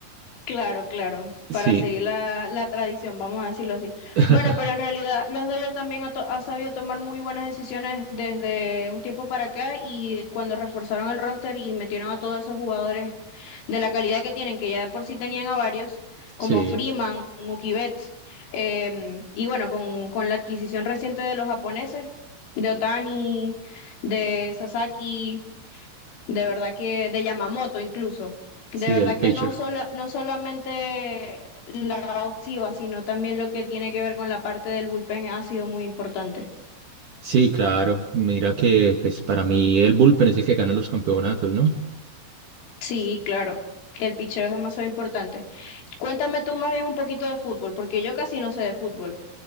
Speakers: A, on the left (about 80°); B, on the right (about 60°).
A: Claro, claro,
B: Sí,
A: para seguir la, la tradición, vamos a decirlo así.
B: <laughs>
A: Bueno, pero en realidad los Dodgers también ha, to- ha sabido tomar muy buenas decisiones desde un tiempo para acá y cuando reforzaron el roster y metieron a todos esos jugadores de la calidad que tienen, que ya de por sí tenían a varios, como
B: sí,
A: Freeman, Mookie Betts, em, y bueno, con, con la adquisición reciente de los japoneses, de Otani, de Sasaki. de verdad que, de Yamamoto incluso, de
B: sí,
A: verdad
B: el pitcher.
A: que no, sola, no solamente la ofensiva, sino también lo que tiene que ver con la parte del bullpen ha sido muy importante.
B: Sí, claro. Mira que pues para mí el bullpen es el que gana los campeonatos, ¿no?
A: Sí, claro, el picheo es demasiado importante. Cuéntame tú más bien un poquito de fútbol, porque yo casi no sé de fútbol.